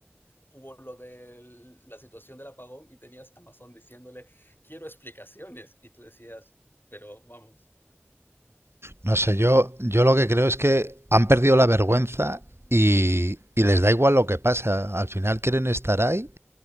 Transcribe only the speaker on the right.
No sé, yo, yo lo que creo es que han perdido la vergüenza y, y les da igual lo que pasa. Al final quieren estar ahí.